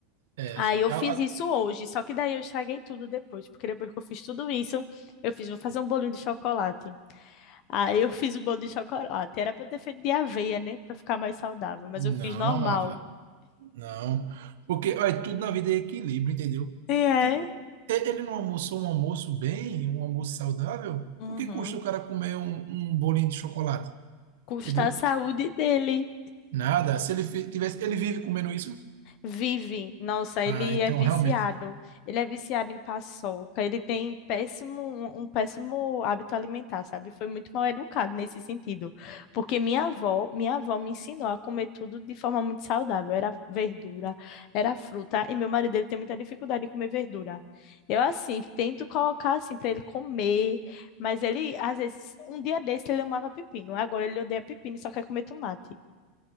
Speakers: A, on the right; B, on the left.
A: É,
B: Aí eu
A: a-
B: fiz
A: a-
B: isso hoje, só que daí eu estraguei tudo depois, porque depois que eu fiz tudo isso, eu fiz, vou fazer um bolinho de chocolate. Aí eu fiz o bolo de chocolate, era pra eu ter feito de aveia, né, pra ficar mais saudável, mas
A: não,
B: eu fiz normal.
A: Ávila, não. Porque olha, tudo na vida é equilíbrio, entendeu?
B: E é,
A: Tipo, e- ele não almoçou um almoço bem, um almoço saudável?
B: uhum.
A: O que custa o cara comer um, um bolinho de chocolate?
B: Custa
A: Entendeu?
B: a saúde dele.
A: Nada. Se ele fi- tivesse, ele vive comendo isso?
B: Vive, nossa,
A: Ah,
B: ele
A: então
B: é viciado.
A: realmente.
B: Ele é viciado em paçoca. Ele tem péssimo, um um péssimo hábito alimentar, sabe? Foi muito mal educado nesse sentido. Porque minha avó, minha avó me ensinou a comer tudo de forma muito saudável. Era verdura, era fruta. E meu marido, ele tem muita dificuldade em comer verdura. Eu, assim, tento colocar, assim, para ele comer. Mas ele, às vezes, um dia desse ele amava pepino. Agora ele odeia pepino e só quer comer tomate.